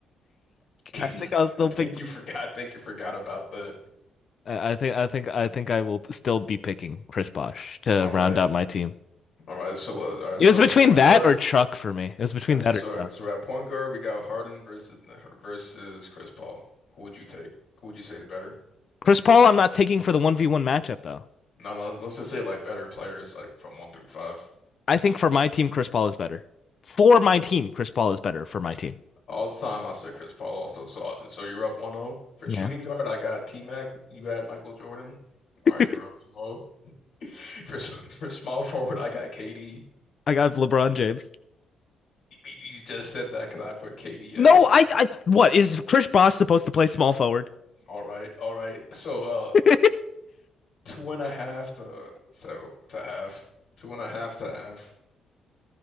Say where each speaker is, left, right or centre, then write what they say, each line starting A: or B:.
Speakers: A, on the left; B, on the left.
A: <laughs> I
B: I think I'll still
A: think
B: pick.
A: you forgot. I think you forgot about that.
B: I I think I think I think I will still be picking Chris Bosh to
A: All
B: round
A: right.
B: out my team.
A: All right. So, uh, all right,
B: It
A: so
B: was between
A: point
B: that
A: guard.
B: or Chuck for me. It was between
A: Got
B: that
A: you. So,
B: or Chuck.
A: so at point guard, we got Harden versus versus Chris Paul. Who would you take? Who would you say is better?
B: Chris Paul, I'm not taking for the one v one matchup though.
A: No, let's let's just say like better players, like from one through five.
B: I think for my team, Chris Paul is better. For my team, Chris Paul is better for my team.
A: All the time I said Chris Paul also. So so you're up one zero for
B: Yeah,
A: shooting guard. I got T-Mac. You had Michael Jordan. All
B: <laughs>
A: right, you're up two zero <laughs> For s- for small forward, I got KD.
B: I got LeBron James.
A: You you just said that because I put KD
B: No,
A: as small.
B: I, I, what is Chris Bosh supposed to play small forward?
A: All right, all right. So uh,
B: <laughs>
A: two and a half to so to half, two and a half to half.